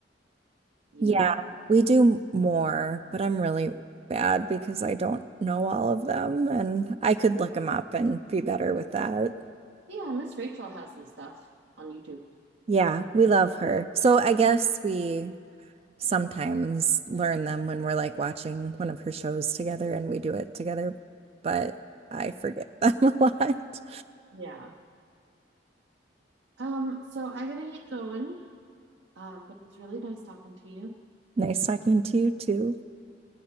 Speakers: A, on the right; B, on the right.
A: you
B: Yeah,
A: know,
B: we do more, but I'm really bad because I don't know all of them and I could look them up and be better with that.
A: Yeah, Miss Rachel has some stuff on YouTube.
B: Yeah, we love her. So I guess we sometimes learn them when we're like watching one of her shows together and we do it together, but I forget them <laughs> a lot.
A: Yeah. Um, so I gotta get going. Um, but it was really nice talking to you.
B: Nice talking to you too.